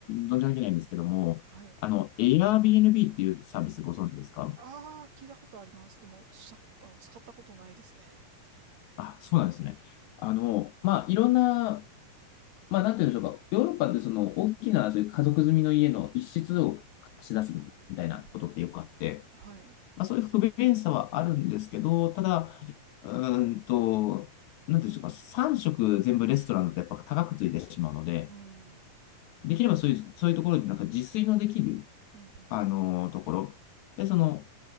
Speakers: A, on the left (about 85°); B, on the right (about 55°).
A: 存じ上げないんですけども、
B: はい。
A: あの、Airbnb っていうサービスご存知ですか
B: あー、聞いたことあります。でも、したこと、あの、使ったことないですね。
A: あ、そうなんですね。あの、まあ、いろんな、まあ、なんて言うんでしょうか。ヨーロッパでその大きなそういう家族住みの家の一室を貸し出すみたいなことってよくあって、
B: うん、うん。はい。
A: まあ、そういう不便さはあるんですけど、ただ、うーんと、なんて言うんでしょうか。3食全部レストランだとやっぱ高くついてしまうので、
B: うん。
A: できればそういう、そういうところでなんか自炊のできる、
B: うん、うん。
A: あのーところ。で、その、